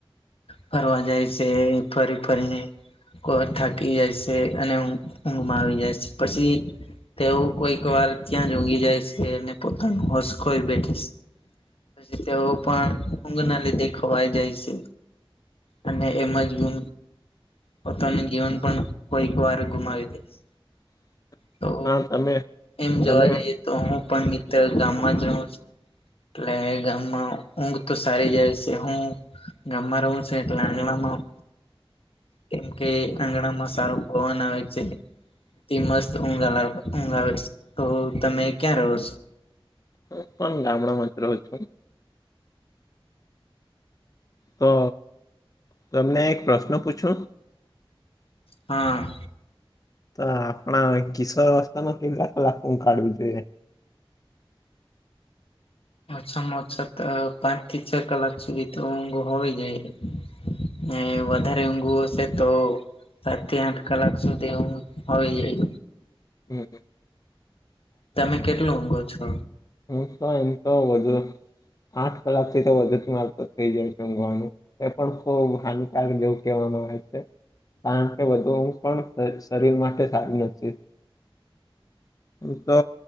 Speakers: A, on the left; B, on the left.
A: ફરવા જાય છે ફરી ફરીને થાકી જાય છે અને ઊંઘમાં આવી જાય છે પછી તેવું કોઈક વાર ક્યાં ઉંઘી જાય છે અને પોતાનું હોસ ખોઈ બેઠી છે. પછી તેઓ પણ ઊંઘ ના લીધે ખવાઈ જાય છે. અને એમ જ હુ પોતાનું જીવન પણ કોઈક વાર ગુમાવી દેસ
B: <inaudible>
A: તો
B: તમે
A: એમ
B: તમે
A: જોવા જઈએ તો હું પણ મિત્ર ગામમાં જ રહું છું. એટલે ગામમાં ઊંઘ તો સારી જાય છે હું. ગામમાં રવું છે એટલે આંગલામાં કેમ કે આંગણામાં સારો પવન આવે છે. તે મસ્ત ઊંઘા ઊંઘ આવે છે તો તમે ક્યાં રહો છો?
B: હું પણ ગામડા મા જ રહુ છું. તો તમને એક પ્રશ્ન પૂછું.
A: હા
B: તો આપણા કિશોર વવસ્થા મ કેટલા કલાક ઊંઘ કાઢવી જોઈએ. <inaudible>
A: છામાં ઓછા પાંચ થી છ કલાક સુધી તો ઊઘ હોવી જોઈએ. ને વધારે ઊંઘું હશે તો સાત થી આઠ કલાક સુધી ઊંઘ હો જાય
B: હમ હ
A: તમે કેટલું ઊંઘો છો?
B: હું તો એમ તો વધુ આઠ કલાક થી તો વધુ જ મારતો થઈ જાય છે ઊઘવાનું, એ પણ ખુબ હાનિકાર જેવું કહેવાવામાં આવેય છે. કારણ કે વધુ ઊંઘ પણ શરીર માટે સારું નથી. હું તો